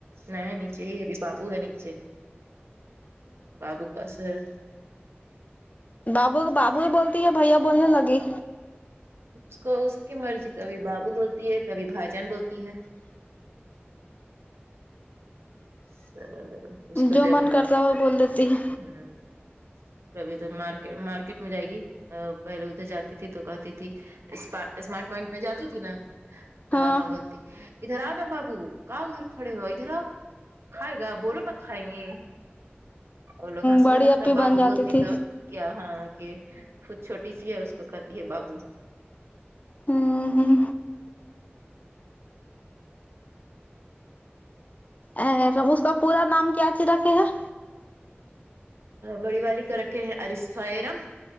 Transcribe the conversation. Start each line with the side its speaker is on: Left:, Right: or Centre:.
Right: نہیں نیچے ہی ابھی بابو ہے نیچے بابو پاس ہے
Left: بابو کو بابو ہی بولتی ہے بھیا بولنے لگی
Right: اس کو اس کی مرضی کبھی بابو بولتی ہے کبھی بھائی جان بولتی ہے <unintelligible>
Left: جو من کرتا وہ بول دیتی ہے
Right: کبھی تو مارکیٹ مارکیٹ میں جائے گی پہلے ادھر جاتی تھی تو کہتی تھی اسم اسمارٹ پوائنٹ میں جاتی تھی نا تو
Left: ہاں
Right: وہاں
Left: ہ
Right: بولتی ادھر آؤ نا بابو کؤ ادھر کھڑے ہو ادھر آؤ کھائے گا بولو نا کھائیں گے اور لوگ ہنسنے
Left: بڑی
Right: لگتا
Left: اپی
Right: بابو
Left: بن جاتی
Right: بولتی
Left: تھی
Right: تو کیا ہاں کہ خود چھوٹی سی ہے اس کو کہتی ہے بابو
Left: ہمم ہمم ا اس کا پورا نام کیسے رکھے ہیں
Right: بڑی والی کا رکھے ہیں عرصفہ ارم